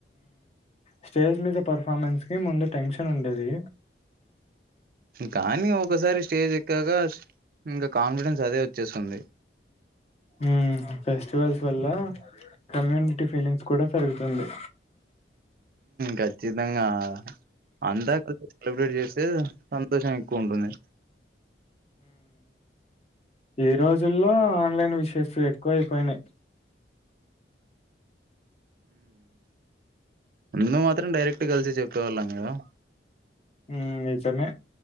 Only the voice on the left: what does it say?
స్టేజ్ మీద పర్ఫార్మెన్స్ కి ముందు టెన్షన్ ఉండేది
హు ఫెస్టివల్స్ వల్ల కమ్యూనిటీ ఫీలింగ్స్ కూడ పెరుగుతుంది
ఈ రోజుల్లో ఆన్లైన్ విషేస్ ఎక్కువ అయిపోయినాయి
<unintelligible> నిజమే